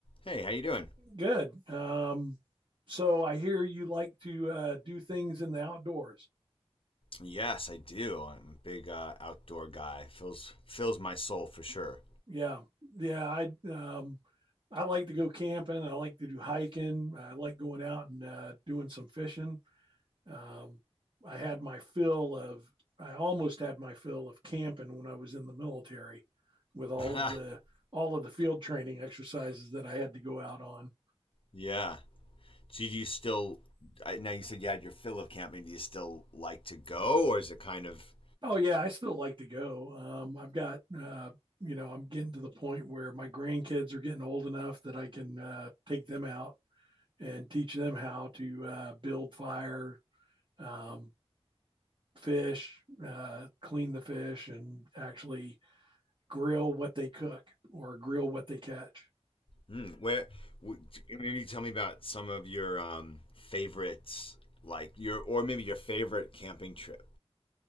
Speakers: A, on the left; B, on the right.
A: Hey, how you doing?
B: Good. Um, so I hear you like to uh, do things in the outdoors.
A: Yes, I do. I'm a big uh, outdoor guy. Fills fills my soul for sure.
B: Yeah, yeah. I um, I like to go camping. I like to do hiking. I like going out and uh, doing some fishing. Um, I had my fill of. I almost had my fill of camping when I was in the military, with all
A: <laughs>
B: of the all of the field training exercises that I had to go out on.
A: yeah. So do you still? I, now you said you had your fill of camping. Do you still like to go, or is it kind of
B: Oh yeah, I still like to go. Um, I've got uh, you know I'm getting to the point where my grandkids are getting old enough that I can uh, take them out and teach them how to uh, build fire, um, fish, uh, clean the fish, and actually grill what they cook or grill what they catch.
A: hmm, where? w- Maybe tell me about some of your um, favorites, like your or maybe your favorite camping trip.